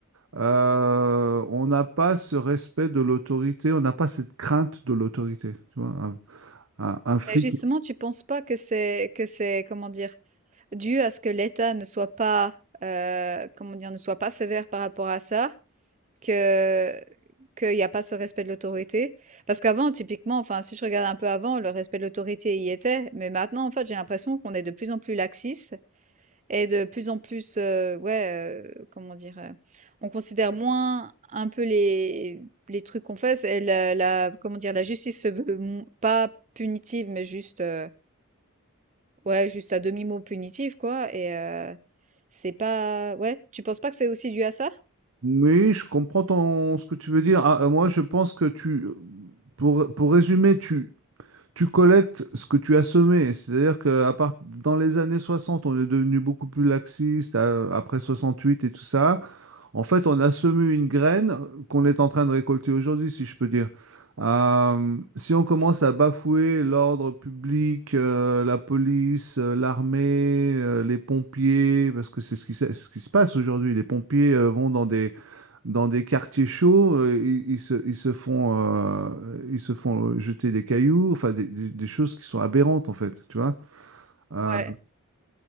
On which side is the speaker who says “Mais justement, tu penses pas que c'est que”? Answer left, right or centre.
Right